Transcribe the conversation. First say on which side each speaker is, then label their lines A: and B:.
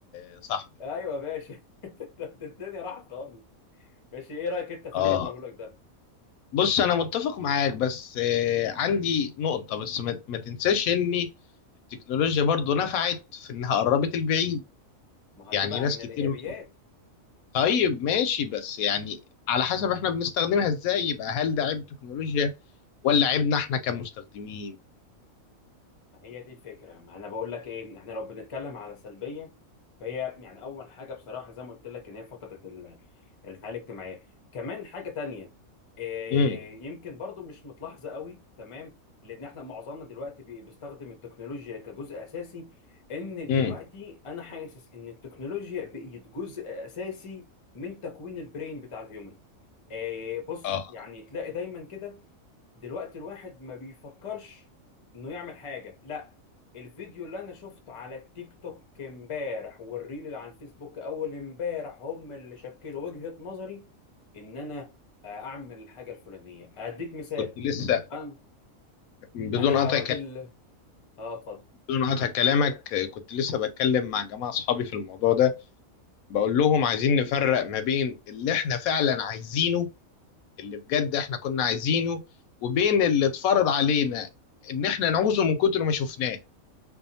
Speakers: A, on the left; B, on the left.
A: يا صاحبي
B: ايوه يا باشا <laughs> ده- ده الدنيا راحت خالص ماشي ايه رايك انت في
A: اه
B: اللي انا بقوله لك ده
A: بص انا متفق معاك بس آه، عندي نقطة بس ما ما تنساش ان التكنولوجيا برضو نفعت في انها قربت البعيد
B: ما هو
A: يعني
B: دي بقى
A: ناس
B: من
A: كتير
B: الايجابيات
A: بتقول طيب ماشي بس يعني على حسب احنا بنستخدمها ازاي يبقى هل ده عيب تكنولوجيا ولا عيبنا احنا كمستخدمين
B: ما هي دي الفكرة ما انا بقول لك ايه احنا لو بنتكلم على سلبية فهي يعني اول حاجة بصراحة زي ما قلت لك ان هي فقدت ال- الحياة الاجتماعية كمان حاجة تانية إيه
A: امم
B: يمكن برضو مش متلاحظة قوي تمام لان احنا معظمنا دلوقتي بي- بيستخدم التكنولوجيا كجزء اساسي ان دلوقتي
A: امم
B: انا حاسس ان التكنولوجيا بقت جزء اساسي من تكوين البرين بتاع الهيومن إيه بص
A: اه
B: يعني تلاقي دايما كده دلوقتي الواحد ما بيفكرش انه يعمل حاجه لا الفيديو اللي انا شفته على التيك توك امبارح والريل اللي على الفيسبوك اول امبارح هم اللي شكلوا وجهة نظري ان انا آه، اعمل الحاجه الفلانيه اديك مثال
A: كنت لسه
B: انا
A: بدون
B: انا
A: قطع
B: راجل اه اتفضل
A: بدون قطع كلامك آه، كنت لسه بتكلم مع جماعة أصحابي في الموضوع ده بقول لهم عايزين نفرق ما بين اللي إحنا فعلا عايزينه اللي بجد إحنا كنا عايزينه وبين اللي اتفرض علينا إن إحنا نعوزه من كتر ما شفناه